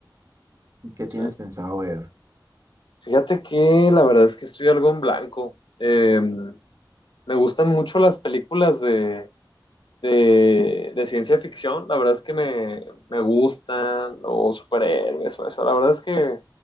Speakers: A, on the right; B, on the left.
A: ¿Y ¿Qué
B: Sí.
A: tienes pensado ver?
B: Fíjate que la verdad es que estoy algo en blanco. Eh, me gustan mucho las películas de, de, de ciencia ficción, la verdad es que me, me gustan, o superhéroes, o eso. La verdad es que,